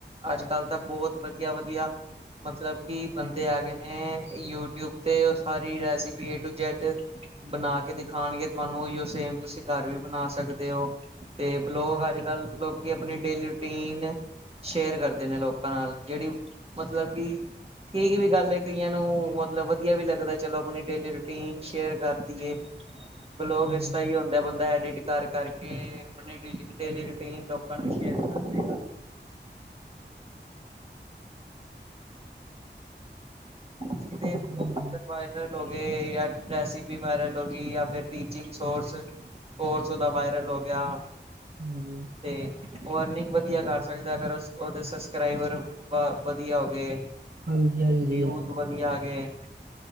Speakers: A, on the right; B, on the right.
A: ਅੱਜ ਕੱਲ ਤਾ ਬੋਤ ਵਧੀਆ-ਵਧੀਆ। ਮਤਲਬ ਕਿ ਬੰਦੇ ਆ ਗਏ ਨੇ, ਯੂਟਿਊਬ ਤੇ ਉਹ ਸਾਰੀ ਰੈਸਿਪੀ, ਏ ਟੂ ਜੈੱਡ ਬਨਾ ਕੇ ਦਿਖਾਉਣਗੇ ਤੁਹਾਨੂੰ ਉਹੀਓ ਸੇਮ ਤੁਸੀ ਘਰ ਵੀ ਬਨਾ ਸਕਦੇ ਹੋ। ਤੇ ਵਲੋਗ
B: ਹਾਂਜੀ,
A: ਅੱਜ ਕੱਲ ਲੋ ਕਿ ਆਪਣੀ ਡੇਲੀ ਰੂਟੀਨ ਸ਼ੇਅਰ ਕਰਦੇ ਨੇ ਲੋਕਾ ਨਾਲ ਜਿਹੜੀ ਮਤਲਬ ਬੀ ਠੀਕ ਵੀ ਗੱਲ ਹੈ, ਕਈਆਂ ਨੂੰ ਮਤਲਬ ਵਧੀਆ ਵੀ ਲੱਗਦਾ ਏ ਚਲੋ ਆਪਣੀ ਡੇਲੀ ਰੂ ਟੀਨ ਸ਼ੇਅਰ ਕਰ ਦਈਏ, ਵਲੋਗ
B: ਹਾਂਜੀ,
A: ਇਸਦਾ ਹੀ ਹੁੰਦਾ ਏ, ਬੰਦਾ ਐਡਿਟ ਕਰ ਕਰਕੇ ਆਪਣੀ ਡੇਲੀ, ਡੇਲੀ ਰੂਟੀਨ ਲੋਕਾਂ ਨੂੰ ਸ਼ੇਅਰ ਕਰਦੇ, ਜਿਹਦੇ,
B: ਹਾਂਜੀ,
A: ਤੇ ਵਾਇਰਲ ਹੋ ਗਏ, ਯਾ ਰੈਸਿਪੀ ਵਾਇਰਲ ਹੋ ਗਈ, ਯਾ ਫਿਰ ਟੀਚਿੰਗ ਸੋਰਸ। ਕੋਰਸ ਓਹਦਾ ਵਾਇਰਲ ਹੋ ਗਿਆ।
B: ਹਾਂਜੀ!
A: ਤੇ ਉਹ ਅਰਨਿੰਗ ਵਧੀਆ ਕਰ ਸਕਦਾ, ਅਗਰ ਉਸ ਉਹਦੇ ਸਬਸਕ੍ਰਾਈਬਰ ਵਾ, ਵਧੀਆ ਹੋ ਗਏ।
B: ਹਾਂਜੀ-ਹਾਂਜੀ।
A: ਵਿਊਜ਼ ਵਧੀਆ ਆ ਗਏ।